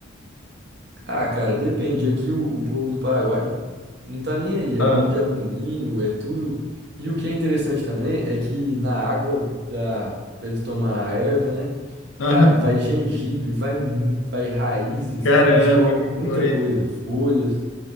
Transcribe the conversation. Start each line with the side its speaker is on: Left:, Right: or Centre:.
Right: Ah, cara, depende. Aqui o, o povo do Paraguai não tá nem aí. É
Left: Ah,
Right: copo de alumínio, é tudo. E o que é interessante também é que na água da para eles tomar a erva, né?
Left: aham.
Right: Cara, vai gengibre, vai mu- vai raízes.
Left: Caramba,
Right: Eles colocam
Left: que
Right: muita
Left: coisa.
Right: coisa, folhas,